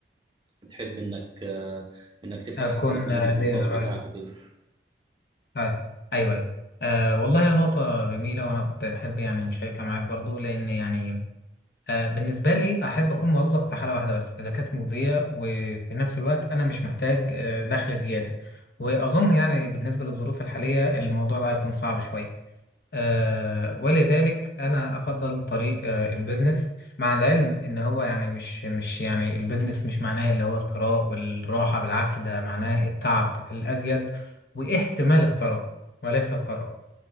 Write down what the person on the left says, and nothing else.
أكون
آه،
ليا رأي
آه، أيوه أيوه آه، والله يا نقطة جميلة وأنا كنت أحب يعني نشاركها معاك برضو لأن يعني آه، بالنسبة لي أحب أكون موظف في حالة واحدة بس إذا كانت مجزية وفي نفس الوقت أنا مش محتاج آه، دخل زيادة وأظن يعني بالنسبة للظروف الحالية الموضوع ده هيكون صعب شوية آه ولذلك أنا أفضل طريق آه البيزنس مع العلم إن هو يعني مش مش يعني البيزنس مش معناه اللي هو الثراء والراحة بالعكس ده معناه التعب الأزيد واحتمال الثراء وليس الثراء